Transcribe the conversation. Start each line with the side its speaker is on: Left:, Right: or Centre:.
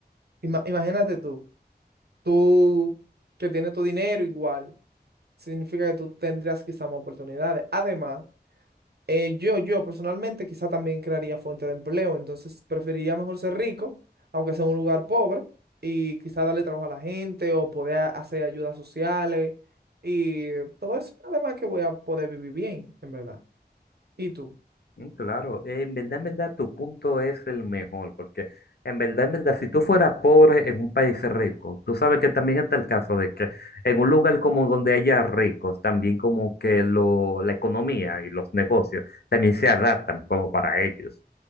Right: Ima- imagínate tú, tú que tienes tu dinero igual, significa que tú tendrás quizá más oportunidades. Además, Eh, yo, yo personalmente quizá también crearía fuente de empleo, entonces preferiría mejor ser rico, aunque sea en un lugar pobre, y quizá darle trabajo a la gente o poder a- hacer ayudas sociales y todo eso. Además que voy a poder vivir bien, en verdad. ¿Y tú?
Left: mm, claro, eh, en verdad, en verdad, tu punto es el mejor, porque en verdad, en verdad, si tú fueras pobre en un país rico, tú sabes que también está el caso de que en un lugar como donde haya ricos, también como que lo, la economía y los negocios también se adaptan como para ellos.